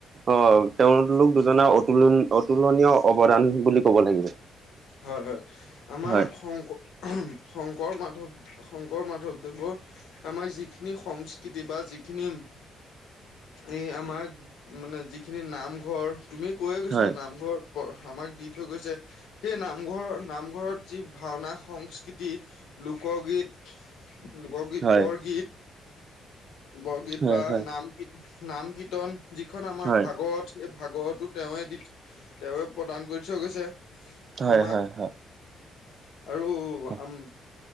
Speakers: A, on the right; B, on the left.
A: অ', তেওঁলোক দুজনে অতুলন, অতুলনীয় অৱদান বুলি কব লাগিব।
B: হয়, হয়, আমাৰ
A: হয়
B: শং শংকৰ, মাধৱ, শংকৰ মাধৱদেৱৰ আমাৰ যিখিনি সংস্কৃতি বা যিখিনি এই আমাৰ, মানে যিখিনি নামঘৰ তুমি কৈয়ে গৈছা,
A: হয়
B: নামঘৰ আমাক দি থৈ গৈছে। সেই নামঘৰৰ, নামঘৰত যি ভাওনা সংস্কৃতি, লোকগীত লোকগীত,
A: হয়
B: বৰগীত, বৰগীত
A: হয়
B: বা
A: হয়
B: নাম গীত, নাম গীত কীৰ্তন, যিখন আমাৰ
A: হয়
B: ভাগৱত, সেই ভাগৱতো তেওঁৱে দি, তেওঁৱে প্ৰদান কৰি থৈ গৈছে।
A: হয়,
B: আমাক
A: হয়, হয়।
B: আৰু উম,
A: হয়
B: আম,